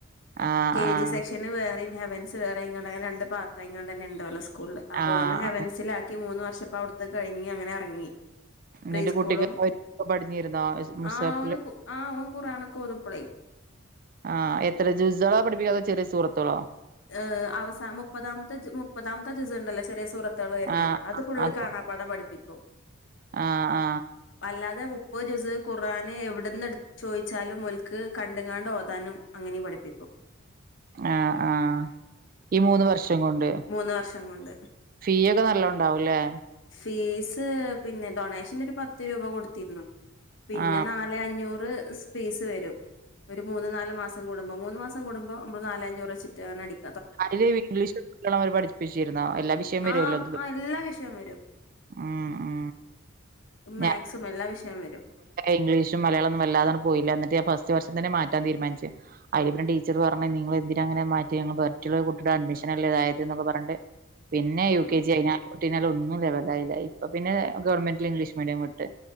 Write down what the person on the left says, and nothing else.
കെജി
സെക്ഷൻ വേറേം ഹെവൻസ് വേറെയിങ്ങാണ്ട് രണ്ട് പാർട്ടയിങ്ങാണ്ട് ന്നെ സ്കൂ സ്കൂളിൽ അപ്പം
ഓനെ ഹെവൻസിലാക്കി മൂന്ന് വർഷപ്പോ അവിടുത്ത് കഴിഞ്ഞ് അങ്ങനെ ഇറങ്ങി
പ്രീ സ്കൂളും
ആ ഓന് ആ ഓൻ ഖുർനൊക്കെ ഓതുപ്പളെ
ഹ് അവസാ മുപ്പതാമത്തെ ജു മുപ്പതാമത്തെ ജുസ്ഹ് ഇണ്ടല്ലോ ചെറിയ സൂറത്താൾ വര്ന്
അത് ഫുള്ള്
കാണാ
പാഠം പഠിപ്പിക്കും
അല്ലാതെ മുപ്പത് ദിസം ഖുർആന് ഇവിടന്ന് ഇടു ചോയിച്ചാലും ഓൽക്ക് കണ്ട്ങ്ങാണ്ട് ഓതാനും അങ്ങനേം പഠിപ്പിക്കും
മൂന്ന് വർഷം കൊണ്ട്
ഫീസ് പിന്നെ ഡൊണേഷൻ ഒരു പത്ത് രൂപ കൊടുത്തിരുന്നു പിന്നെ
നാലെ അഞ്ഞൂറ് സ് ഫീസ് വരും ഒരു മൂന്ന് നാല് മാസം കൂടുമ്പോ മൂന്ന് മാസം കൂടുമ്പോ നമ്മൾ നാലെ അഞ്ഞൂറ് വച്ചിട്ട് അങ്ങന അടിക്കും
ആഹ്
ആഹ് എല്ലാ വിഷയം വരും
മാക്സും
എല്ലാ വിഷയം വരും
ആഹ്